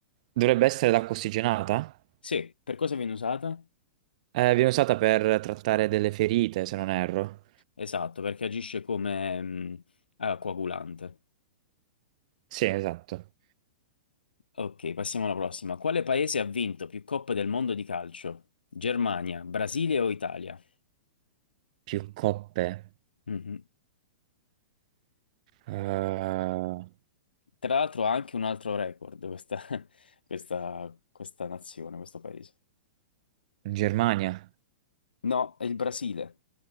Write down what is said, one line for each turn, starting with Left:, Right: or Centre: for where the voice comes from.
Right: Dovrebbe essere l'acqua ossigenata?
Left: Sì, per cosa viene usata?
Right: Eh, viene usata per trattare delle ferite, se non erro.
Left: Esatto, perché agisce come mh, ah, coagulante.
Right: Sì, esatto.
Left: Ok, passiamo alla prossima. Quale paese ha vinto più coppe del mondo di calcio? Germania, Brasile o Italia?
Right: Più coppe.
Left: Mhm.
Right: Eh, in
Left: Tra l'altro ha anche un altro record questa, <laughs> questa questa nazione, questo paese.
Right: Germania.
Left: No, è il Brasile.